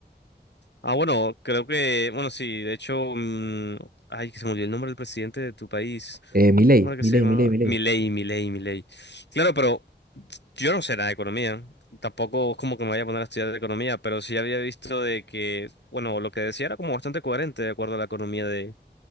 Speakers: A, on the left; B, on the right.
A: Ah, bueno, creo que, bueno, sí, de hecho, mm, ay, que se me olvidó el nombre del presidente de tu país.
B: Eh, Milei,
A: ¿Cómo era que
B: Milei,
A: se llamaba?
B: Milei, Milei.
A: Milei, Milei, Milei. Claro, pero yo no sé nada de economía. Tampoco es como que me vaya a poner a estudiar de economía, pero sí había visto de que, bueno, lo que decía era como bastante coherente de acuerdo a la economía de,